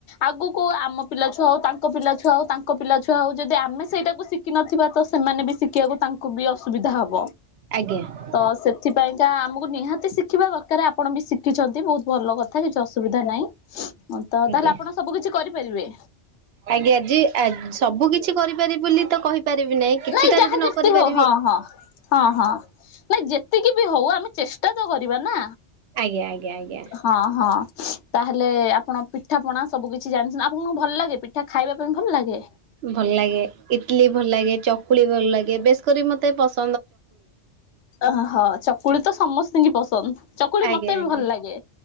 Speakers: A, on the left (about 80°); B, on the right (about 70°).
A: ଆଗକୁ ଆମ ପିଲା ଛୁଆ ହଉ ତାଙ୍କ ପିଲାଛୁଆ ହଉ ତାଙ୍କ ପିଲାଛୁଆ ହଉ ଯଦି ଆମେ ସେଇଟାକୁ ଶିଖିନଥିବା ତ ସେମାନେ ବି ଶିଖିବାକୁ ତାଙ୍କୁ ବି ଅସୁବିଧା ହବ
B: ଆଜ୍ଞା ଆଜ୍ଞା ଆଜ୍ଞା।
A: ତ ସେଥିପାଇଁ କା ଆମକୁ ନିହାତି ଶିଖିବା ଦରକାର। ଆପଣ ବି ଶିଖିଛନ୍ତି ବହୁତ ଭଲ କଥା କିଛି ଅସୁବିଧା ନାହିଁ ତ, ତାହେଲେ
B: ଆଜ୍ଞା।
A: ଆପଣ ସବୁ କିିଛି କରିପାରିବେ।
B: ଆଜ୍ଞା ଜେ ଆ ସବୁ କିଛି କରିପାରିବି ବୋଲି ତ କହିପାରିବି ନାହିଁ କିଛିଟା
A: ନାଇଁ ଯାହା
B: ଯଦି ନ
A: ଯେମିତି
B: କରି
A: ହଉ
B: ପାରିବି
A: ହଁ ହଁ ହଁ ନାଇଁ ଯେତିକି ବି ହଉ ଆମେ ଚେଷ୍ଟା ତ କରିବା ନା?
B: ଆଜ୍ଞା ଆଜ୍ଞା ଆଜ୍ଞା।
A: ହଁ ହଁ। ତାହେଲେ ଆପଣ ପିଠାପଣା ସବୁ କିିଛି ଜାଣିଛ ଆପଣଙ୍କୁ କଣ ଭଲ ଲାଗେ ପିଠା ଖାଇବା ପାଇଁ ଭଲ ଲାଗେ?
B: ଭଲ ଲାଗେ ଇଟଲି ଭଲ ଲାଗେ ଚକୁଳି ଭଲ ଲାଗେ ବେଶ କରି ମତେ ପସ
A: ଅହଁ ଚକୁଳି ତ ସମସ୍ତଙ୍କୁ ପସନ୍ଦ। ଚକୁଳି
B: ଆଜ୍ଞା
A: ମତେ ବି
B: ଆଜ୍ଞା
A: ଭଲ ଲାଗେ